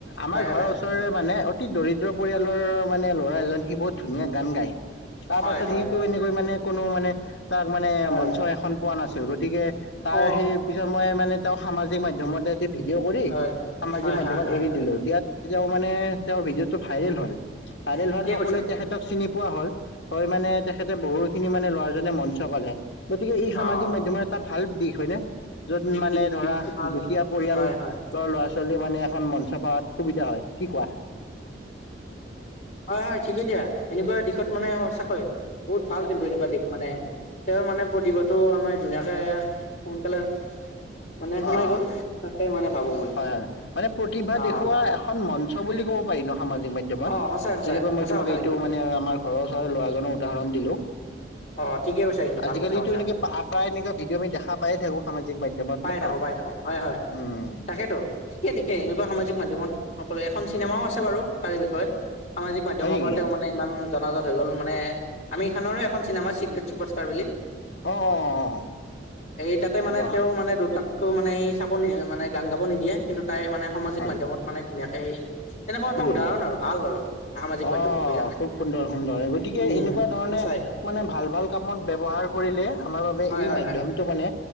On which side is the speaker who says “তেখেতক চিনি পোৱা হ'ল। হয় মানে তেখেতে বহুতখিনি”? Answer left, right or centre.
Left